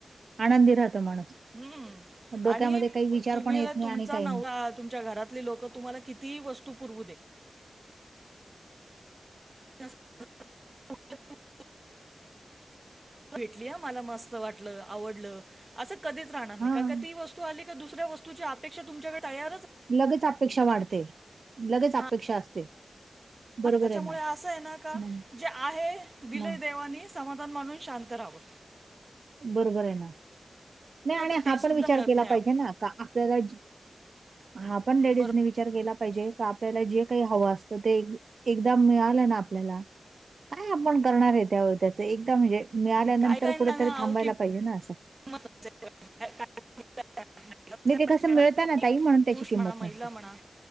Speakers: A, on the right; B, on the right.
A: आनंदी राहत माणूस
B: हुम्म
A: डोक्यामध्ये
B: आणि
A: काही विचार
B: तुम्ही
A: पण येत
B: ल
A: नाही
B: तुमचा
A: आणि काही
B: नव
A: नाही
B: तुमच्या घरातले लोक तुम्हाला किती वस्तु पुरवु देत <inaudible> भेटली ह मला मस्त वाटलं आवडलं असं कधीच राहणार नाही
A: हा
B: कारण का ती वस तु आली का दुसऱ्या वतूची अेक्षा तुमच्याकडे तयारच आ
A: लगेच अपेक्षा वाढते लगेच
B: हा
A: अपेक्षा असते बरोबर
B: त्याच्यामुळे
A: आहे ना
B: असं आहे ना का
A: नाही
B: जे आहे दिले
A: मग
B: देवानी समाधान मानून शांत राहाव
A: बरोबर आहे ना नाही आणि
B: तर ते
A: हा
B: सुद्धा
A: पण विचार
B: मिळत
A: केला
B: नाही
A: पाहिजे
B: अहो
A: ना का आपल्याला हा पण लेडीजने
B: बरोबर
A: विचार केला पाहिजे क आपल्याला जे काही हवं असतं ते एकदा मिळालं ना आपल्याला काय आपण करणार आहे त्यावर त्याच एदा म म्हणजे मिळाल्यानंतर
B: काही काहींना
A: कुठेतरी
B: ना अहो
A: थांबायला
B: किंमत
A: पाहिजे ना असं
B: <inaudible>
A: नाही ते
B: <inaudible>
A: कसं
B: पुरुष
A: मिळतं ना ताई म्हणून त्याची किंमत
B: म्हणा महिला
A: नसते
B: म्हणा